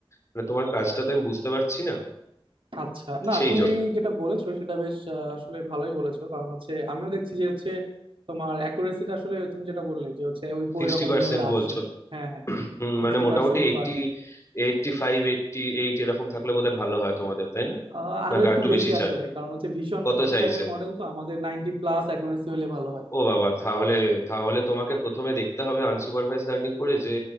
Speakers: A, on the left; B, on the right.
A: মানে তোমার কাজটা তো আমি বুঝতে পারছি না
B: আচ্ছা না
A: সেই
B: তুমি
A: জন্য
B: যেটা বলেছো সেটা বেশ আহ, আসলে ভালোই বলেছো কারণ হচ্ছে আমিও দেখছি যে হচ্ছে তোমার অ্যাকুরেসিটা আসলে তুমি যেটা বললে যে হচ্ছে ওই
A: সিক্সটি
B: ওই রকম
A: পার্সেন্ট
B: লেভেলে আসছে
A: বলছো
B: না হ্যাঁ হ্যাঁ
A: উম,
B: সিক্সটি
A: মানে মোটামুটি
B: পার্সেন্ট মতো
A: eighty
B: আসছে
A: eighty five eighty eight এরকম থাকলে বোধহয় ভালো হয় তোমাদের তাই না
B: আহ, আরো
A: না
B: একটু
A: আর একটু
B: বেশি
A: বেশি চায়
B: আসলে কারণ হচ্ছে ভীষণ
A: কত চাইছে
B: টাইপের মডেল তো আমাদের নাইনটি প্লাস অ্যাকুরেসি হলে ভালো হয়
A: ও বাবা তাহলে তাহলে তোমাকে প্রথমে দেখতে হবে আনসুপারভাইজ লার্নিং করে যে